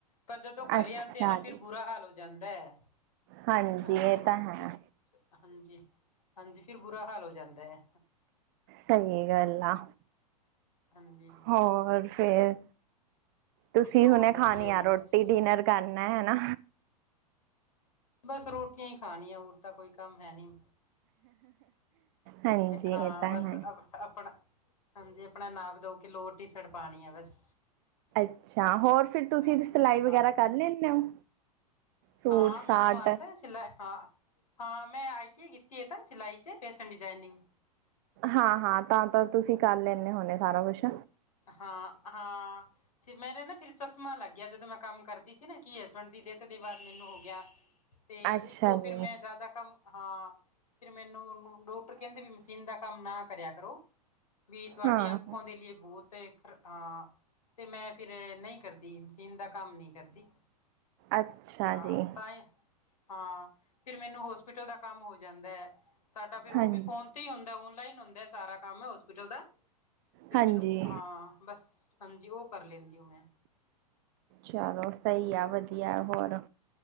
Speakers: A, on the left (about 65°); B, on the right (about 35°).
A: ਪਰ ਜਦੋਂ ਘਰੇ
B: ਅੱਛਾ
A: ਆਂਦੇ ਆ ਨਾ
B: ਜੀ
A: ਫੇਰ ਬੁਰਾ ਹਾਲ ਹੋ ਜਾਂਦਾ ਐ
B: ਹਾਂਜੀ
A: ਹਾਂ
B: ਇਹ ਤਾਂ ਹੈ
A: ਫਿਰ ਹਾਂਜੀ, ਹਾਂਜੀ ਫਿਰ ਬੁਰਾ ਹਾਲ ਹੋ ਜਾਂਦਾ ਐ
B: ਸਹੀ ਗੱਲ ਆ,
A: ਹਾਂਜੀ
B: ਹੋਰ ਫੇਰ ਤੁਸੀਂ
A: ਹੋਰ
B: ਹੁਣੇ
A: ਵਧੀਆ
B: ਖਾਣੀ
A: ਜੀ
B: ਆ
A: ਤੁਸੀਂ
B: ਰੋਟੀ ਡਿਨਰ ਕਰਨਾ ਹਨਾ
A: ਬਸ ਰੋਟੀਆਂ ਹੀ ਖਾਣੀਆਂ ਹੋਰ ਤਾਂ ਕੋਈ ਕੰਮ ਹੈ ਨੀਂ
B: ਹਾਂਜੀ
A: ਹਾਂ
B: ਇਹ ਤਾਂ
A: ਬਸ
B: ਹੈ।
A: ਆਪਣਾ, ਹਾਂਜੀ ਆਪਣਾ ਨਾਪ ਧੋ ਕੇ ਲੋਰ ਟੀ ਸਰਟ ਪਾਨੀ ਆ ਬਸ
B: ਅੱਛਾ ਹੋਰ ਫਿਰ ਤੁਸੀਂ
A: ਹਾਂ
B: ਸਿਲਾਈ ਵਗੈਰਾ
A: ਹਾਂ
B: ਕਰ ਲੈਂਣੇ ਹੋ ਸੂਟ
A: ਹਾਂ ਮੈਨੂੰ
B: ਸਾਟ
A: ਆਂਦਾ ਸਿਲਾਈ ਹਾਂ, ਹਾਂ ਮੈਂ ਆਈ ਟੀ ਆਈ ਕੀਤੀ ਇਹ ਤਾਂ ਸਿਲਾਈ ਚ ਫੈਸ਼ਨ ਡਿਜਾਇਨਿੰਗ
B: ਹਾਂ, ਹਾਂ ਤਾਂ ਤਾਂ ਤੁਸੀਂ ਕਰ ਲੈਣੇ ਹੁੰਦੇ ਸਾਰਾ ਕੁਛ
A: ਹਾਂ, ਹਾਂ ਮੇਰੇ ਨਾ ਫਿਰ ਚਸ਼ਮਾ ਲੱਗ ਗਿਆ ਜਦੋਂ ਮੈਂ ਕੰਮ ਕਰਦੀ ਸੀ ਨਾ ਕਿ ਹਸਬੈਂਡ ਦੀ ਡੈਥ ਦੇ ਬਾਅਦ ਮੈਨੂੰ ਹੋ ਗਿਆ ਤੇ
B: ਅੱਛਾ
A: ਇੱਕੋ
B: ਜੀ
A: ਫੇਰ ਮੈਂ ਜ਼ਿਆਦਾ ਕੰਮ ਹਾਂ ਫੇਰ ਮੈਨੂੰ ਡਾਕਟਰ ਕਹਿੰਦੇ ਵੀ ਮਸ਼ੀਨ ਦਾ ਕੰਮ ਨਾ ਕਰਿਆ ਕਰੋ ਵੀ ਤੁਹਾਡੀ
B: ਹਾਂ
A: ਆਖੋਂ ਦੇ ਲਈ ਬਹੁਤ ਖ ਹਾਂ ਤੇ ਮੈਂ ਫੇਰ ਨਹੀਂ ਕਰਦੀ ਮਸੀਨ ਦਾ ਕੰਮ ਨਹੀਂ ਕਰਦੀ
B: ਅੱਛਾ
A: ਹਾਂ
B: ਜੀ
A: ਤਾਂ ਹੈ ਹਾਂ ਫਿਰ ਮੈਨੂੰ ਹੋਸਪਿਟਲ ਦਾ ਕੰਮ ਹੋ ਜਾਂਦਾ ਐ ਸਾਡਾ ਫੇਰ ਉਹ
B: ਹਾਂਜੀ
A: ਵੀ ਫੋਨ ਤੇ ਹੀ ਹੁੰਦਾ ਔਨਲਾਈਨ ਹੁੰਦਾ ਸਾਰਾ ਕੰਮ ਹੋਸਪਿਟਲ ਦਾ ਫਿਰ
B: ਹਾਂਜੀ
A: ਮੈਨੂੰ ਹਾਂ, ਬਸ ਹਾਂਜੀ ਉਹ ਕਰ ਲੈਂਦੀ ਹੂੰ ਮੈਂ
B: ਚਲੋ ਸਹੀ ਆ, ਵਧੀਆ ਐ ਹੋਰ